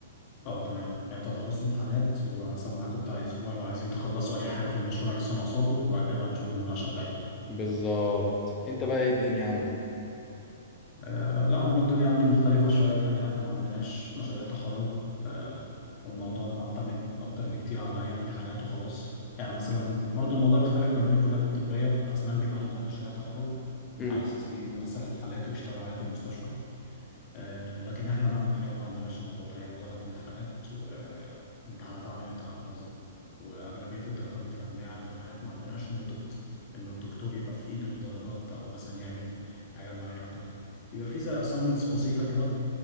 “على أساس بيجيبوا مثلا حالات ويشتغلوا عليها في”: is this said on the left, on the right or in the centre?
Left